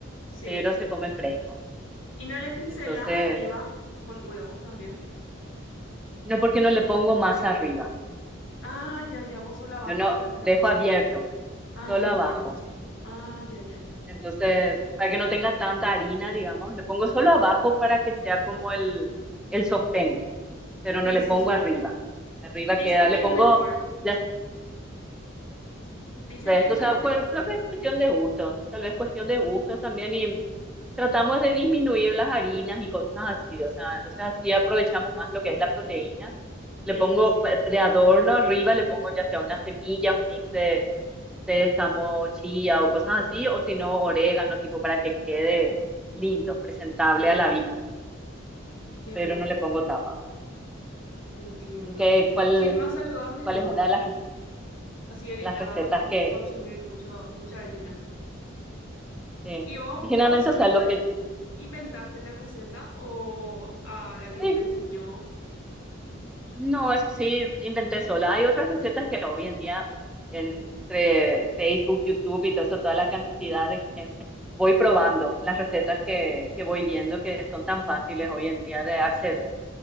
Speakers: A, on the left; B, in the centre.
A: Sí.
B: pero se come fresco.
A: Y no le pincelas
B: Entonces,
A: arriba con huevo también.
B: no porque no le pongo más arriba.
A: Ah, ya, ya. Vos solo abajo
B: Yo no
A: le pones
B: dejo
A: la masa.
B: abierto
A: Ah,
B: solo
A: entiendo,
B: abajo.
A: sí. Ah, ya, ya, ya.
B: Entonces, para que no tenga tanta harina, digamos, le pongo solo abajo para que sea como el, el sostén, pero
A: Sí,
B: no le
A: sí,
B: pongo
A: sí.
B: arriba. Arriba
A: Dicen
B: queda,
A: que
B: le pongo,
A: es mejor.
B: ya
A: Dicen
B: sé,
A: que es
B: o
A: mejor
B: sea, cu-
A: luego.
B: creo que es cuestión de gustos, tal vez cuestión de gustos también y
A: Ujú.
B: tratamos de disminuir las harinas y cosas así, o sea, entonces así aprovechamos más lo que es la proteína. Le
A: Sí,
B: pongo
A: sí.
B: pa- de adorno arriba, le pongo ya sea unas semillas, un mix sésamo, chía o cosas así, o si no, orégano, tipo para que quede lindo, presentable
A: Sí.
B: a la vista,
A: Qué
B: pero
A: bueno.
B: no le pongo tapa.
A: Entiendo.
B: ¿Qué, cuál,
A: Sí, es más saludable
B: cuál
A: luego.
B: es una de las, re-
A: Así evitas
B: las recetas
A: como
B: que,
A: consumir mucho, mucha harina.
B: sí?
A: ¿Y vos,
B: Y generalmente,
A: vos solita
B: o sea, lo que,
A: inventaste la receta o a- alguien
B: sí,
A: te enseñó?
B: no, eso sí, inventé sola. Hay otras recetas que hoy en día, entre Facebook, YouTube y todo eso, toda la cantidad de gente, voy probando las recetas que, que voy viendo que son tan fáciles hoy en día de acceder.